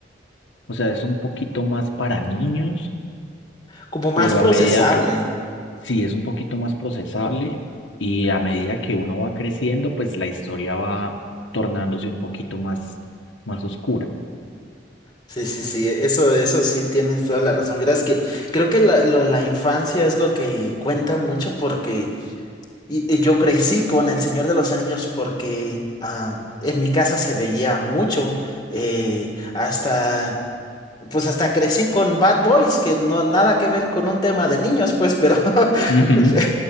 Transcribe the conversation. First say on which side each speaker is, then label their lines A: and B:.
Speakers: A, on the left (about 80°); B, on the left (about 20°).
A: o sea, es un poquito más para niños,
B: como más
A: pero
B: procesable.
A: a medida que, sí es un poquito más procesable y a medida que uno va creciendo, pues la historia va tornándose un poquito más, más oscura.
B: Sí, sí, sí, eso, eso sí tienes toda la razón. Mira, es que creo que la, lo- la infancia es lo que cuenta mucho porque y, y yo crecí con El Señor de los Anillos porque ah, en mi casa se veía mucho eh, hasta pues hasta crecí con Bad Boys, que no nada que ver con un tema de niños, pues, pero
A: Ujú.
B: <laughs>